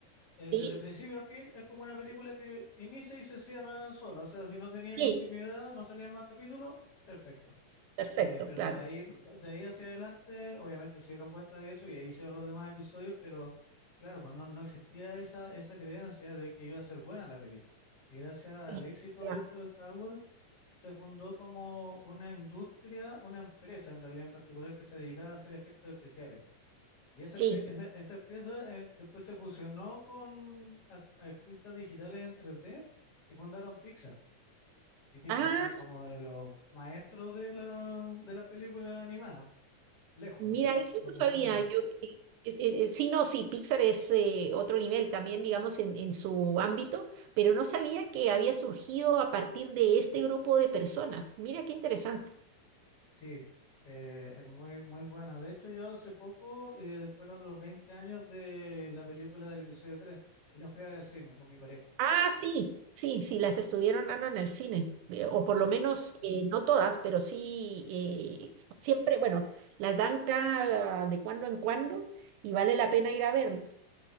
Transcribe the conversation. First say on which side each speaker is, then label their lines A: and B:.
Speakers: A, on the left; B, on the right.
A: eh,
B: sí,
A: desde principio a fin es como una película que inicia y se cierra sola. O sea, si no tenía
B: sí,
A: continuidad, no salían más capítulos, perfecto.
B: perfecto,
A: Eh, pero
B: claro.
A: de ahí, de ahí hacia adelante, obviamente se dieron cuenta de eso y ahí hicieron los demás episodios, pero claro, pues no, no existía esa, esa creencia de que iba a ser buena la película. Y gracias al
B: Sí,
A: éxito,
B: claro,
A: de hecho, de Star Wars, se fundó como una industria, una empresa en realidad en particular que se dedicaba a hacer efectos especiales. Y esa,
B: sí.
A: pe- esa, esa empresa eh, después se fusionó con ar- artistas digitales en tres d y fundaron Pixar. Y Pixar
B: Ah,
A: son como de los maestros de la, de la película animada, lejos,
B: Mira,
A: así como
B: eso
A: los
B: no
A: mejores
B: sabía
A: del mundo.
B: yo. que- es- es- es- sí, no, sí, Pixar es eh, otro nivel también, digamos, en, en su ámbito, pero no sabía que había surgido a partir de este grupo de personas. Mira qué interesante.
A: Sí, eh, es muy, muy buena. De hecho, yo hace poco eh, fueron los 20 años de la película del episodio tres y la fui a ver al cine con mi pareja.
B: Ah, sí, sí, sí, las estuvieron dando en el cine, eh, o por
A: Sí.
B: lo menos eh, no todas, pero sí, eh, s- siempre, bueno, las dan cada de cuando en cuando y vale la pena ir a verlos.